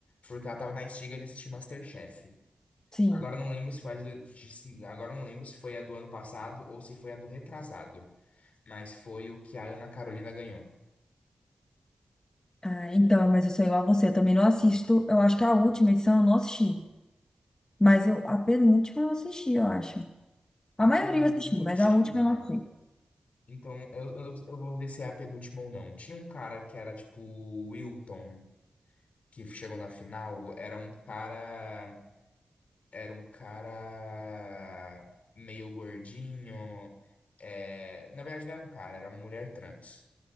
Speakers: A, on the left (about 75°); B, on the left (about 30°).
A: porque ela tava na estiga de assistir MasterChef.
B: Sim.
A: Agora eu não lembro se foi a de, de- agora eu não lembro se foi a do ano passado ou se foi a do retrasado, mas foi o que a Ana Carolina ganhou.
B: Ah, então, mas eu sou igual a você, eu também não assisto. Eu acho que a última edição eu não assisti. Mas eu, a penúltima eu assisti, eu acho.
A: A
B: A maioria
A: penúltima.
B: eu assisti, mas a última eu não fui.
A: Então, eu, eu, eu vou ver se é a penúltima ou não. Tinha um cara que era tipo o Wilton. que chegou na final era um cara, era um cara meio gordinho. é, na verdade, não era um cara, era uma mulher trans.